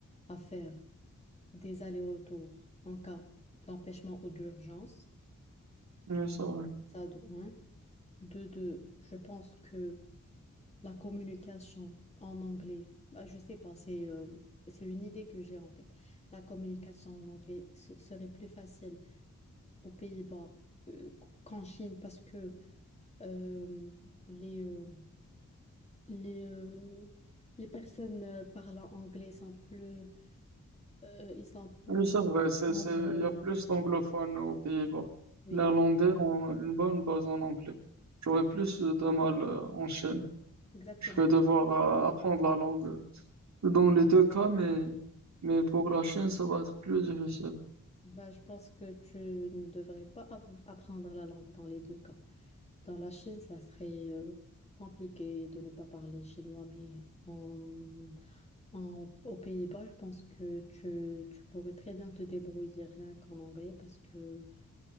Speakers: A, on the left; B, on the right.
A: à faire des allers-retours en cas d'empêchement ou d'urgence.
B: Oui, c'est vrai.
A: Ça de un. De deux, je pense que La communication en anglais, bah, je sais pas, c'est euh, c'est une idée que j'ai en tête. La communication en anglais se- serait plus facile aux Pays-Bas euh, qu- qu'en Chine parce que euh, les, euh, les, euh, les personnes euh, parlant anglais sont plus, euh, ils sont plus
B: Oui, c'est vrai. C'est,
A: nombreux.
B: c'est, il y a plus d'anglophones aux Pays-Bas.
A: Oui,
B: Néerlandais
A: e-
B: ont une bonne base en anglais. J'aurais plus de mal euh, en Chine.
A: exactement.
B: Je vais devoir euh, apprendre la langue dans les deux cas, mais, mais pour la Chine, ça va être plus difficile.
A: Bah, je pense que tu ne devrais pas av- apprendre la langue dans les deux cas. Dans la Chine, ça serait euh, compliqué de ne pas parler chinois, mais en, en- aux Pays-Bas, je pense que tu, tu pourrais très bien te débrouiller rien qu'en anglais parce que